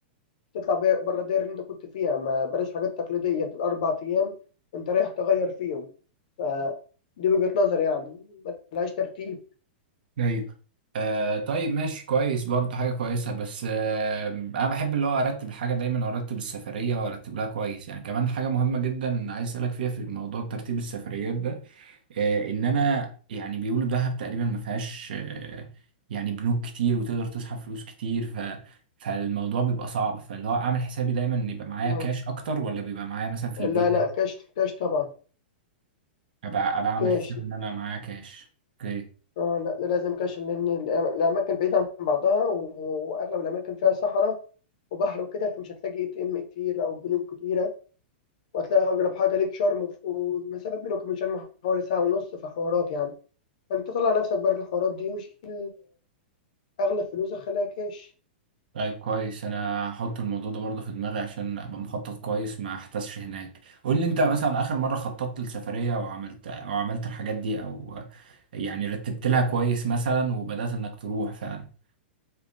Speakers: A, on the left; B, on the right.
A: تطلع بي- بره الدايرة اللي انت كنت فيها ما بلاش حاجات تقليدية دول أربع أيام انت رايح تغير فيهم فدي وجهة نظري يعني ملهاش ترتيب
B: ايوه آه طيب ماشي كويس برضه حاجة كويسة بس آه أنا بحب اللي هو أرتب الحاجة دايما وأرتب السفرية وأرتب لها كويس يعني كمان حاجة مهمة جدا عايز أسألك فيها في موضوع ترتيب السفريات ده آه، ان انا يعني بيقولوا دهب تقريبا ما فيهاش آه، يعني بنوك كتير وتقدر تسحب فلوس كتير ف فالموضوع بيبقى صعب فاللي هو اعمل حسابي دايما ان يبقى معايا
A: آه.
B: كاش اكتر ولا بيبقى معايا مثلا في الفيزا
A: لا لا كاش كاش طبعا
B: ابقى انا عامل
A: كاش
B: حساب ان انا معايا كاش اوكي
A: اه لا ده لازم كاش لان الأم- الاماكن بعيده عن بعضها و- واغلب الاماكن فيها صحراء وبحر وكده فمش هتلاقي اي تي ام كتير او بنوك كتيره وهتلاقي اقرب حاجه ليك شرم وف- والمسافه بينك وبين شرم حوالي ساعه ونص في حوارات يعني فانت طلع نفسك بره الحوارات دي وشيل اغلب فلوسك خليها كاش
B: طيب كويس انا هحط الموضوع ده برضه في دماغي عشان ابقى مخطط كويس ما احتسش هناك قول لي انت مثلا اخر مره خططت لسفريه وعملت او عملت الحاجات دي او يعني رتبت لها كويس مثلا وبدات انك تروح فعلا